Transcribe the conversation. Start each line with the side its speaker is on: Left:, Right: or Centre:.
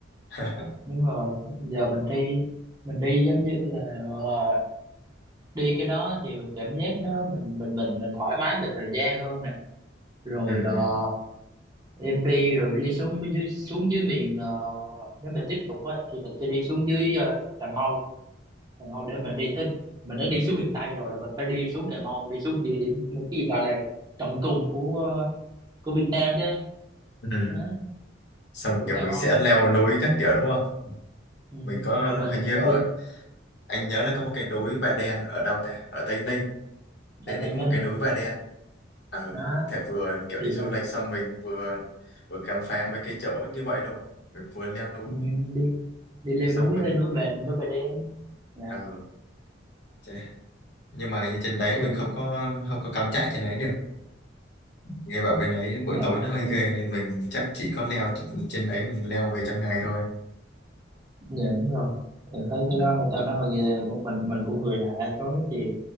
Left: <laughs>
Right: đúng rồi giờ mình đi mình đi giống như là ờ, đi cái đó thì cảm giác nó mình mình mình, mình thoải mái về thời gian hơn nè rồi
Left: ừ,
Right: ờ, em đi rồi đi xuống dưới xuống dưới miền ờ, nếu mà tiếp tục á thì mình sẽ đi xuống dưới ờ, Cà Mau Cà Mau để mình đi tới mình đã đi xuống miền Tây rồi là mình phải đi xuống Cà Mau đi xuống địa điểm cái gì gọi là tận cùng của ờ, của Việt Nam chứ
Left: ừ.
Right: đó
Left: xong
Right: mũi
Left: kiểu
Right: Cà
Left: mình
Right: Mau
Left: sẽ leo núi các kiểu đúng không
Right: ừ,
Left: mình có
Right: rồi mình
Left: hình như ở
Right: đi
Left: anh nhớ là có một cái núi Bà Đen ở đâu ta ở Tây Ninh để
Right: ở Tây
Left: thì có
Right: Ninh
Left: một cái núi bà đen ở
Right: đó
Left: thể vừa kiểu
Right: thì
Left: đi
Right: mình
Left: du lịch xong mình vừa vừa khám phá mấy cái chỗ như vậy luôn mình vừa leo núi
Right: ừ, đi đi leo
Left: xong
Right: núi
Left: mình
Right: lên núi về núi Bà Đen dạ.
Left: ờ, chà. nhưng mà như trên đấy
Right: thì
Left: mình không có không có cắm trại trên đấy được nghe bảo bên đấy buổi
Right: dạ,
Left: tối nó hơi
Right: em
Left: ghê nên mình chắc chỉ có leo trên đấy mình leo về trong ngày thôi
Right: dạ, đúng rồi em thấy
Left: ừ.
Right: cái đó người ta nói hơi ghê của mình mình cũng người lạ tối thì